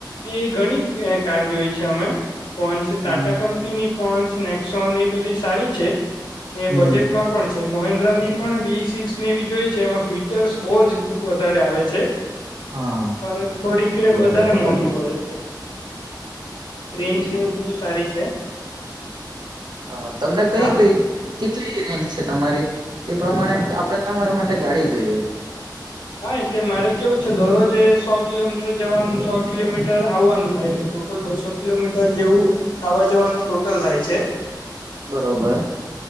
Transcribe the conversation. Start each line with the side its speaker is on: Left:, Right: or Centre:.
Left: એ ઘણી કાર જોઈ છે અમે. ફોન્ચ ટાટા
Right: હમ
Left: કંપ ની પોન્સ નેક્સોન એ બધી સારી છે. ને
Right: હમ
Left: બજેટમાં પણ છે. મહેન્દ્રાની પણ બી સિક્સને એવી જોઈ છે એમાં ફ્યુચર્સ બહુ જ વધારે આવે છે.
Right: હા
Left: પણ થોડીક એ
Right: બરોબર
Left: વધારે
Right: બરોબર
Left: મોંઘી પડે છે. રેન્જને એવું બધું સારી છે.
Right: હા તમને કઈ
Left: હા
Right: કઈ કેટલી રેન્જ છે તમારી? તે પ્રમાણે આપણે તમારા માટે ગાડી જોઈએ.
Left: હા એટલે મારે કેવું છે દરરોજ એ સો કિલોમીટર જવાનું ને, સો કિલોમીટર આવવાનું થાય એટલે ટોટલ બસ સો કિલોમીટર જેવું આવવા જવાનું ટોટલ થાય છે.
Right: બરોબર